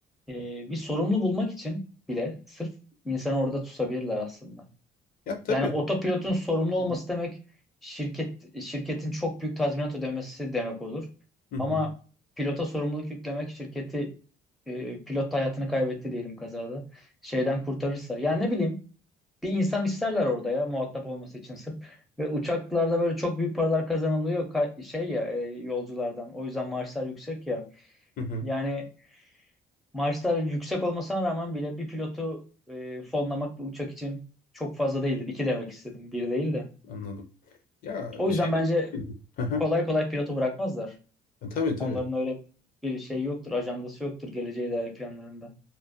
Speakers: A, in the centre; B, on the left.
A: E, bir sorumlu bulmak için bile sırf insanı orada tutabilirler aslında.
B: Ya tabii.
A: Yani otopilotun sorumlu olması
B: Hı hı.
A: demek şirket şirketin çok büyük tazminat ödemesi demek olur.
B: Hı hı.
A: Ama pilota sorumluluk yüklemek şirketi e, pilot hayatını kaybetti diyelim kazada şeyden kurtarırsa. Yani ne bileyim bir insan isterler orada ya muhatap olması için sırf. Ve uçaklarda böyle çok büyük paralar kazanılıyor ka- şey ya e, yolculardan. O yüzden maaşlar yüksek ya.
B: Hı hı.
A: Yani maaşlar yüksek olmasına rağmen bile bir pilotu e, fonlamak bir uçak için çok fazla değildir. İki demek istedim, bir değil de.
B: Anladım. Ya
A: O
B: şeyden...
A: yüzden bence
B: Hı hı.
A: kolay kolay pilotu bırakmazlar.
B: Ya, Tabii tabii.
A: Onların öyle bir şey yoktur, ajandası yoktur geleceğe dair planlarında.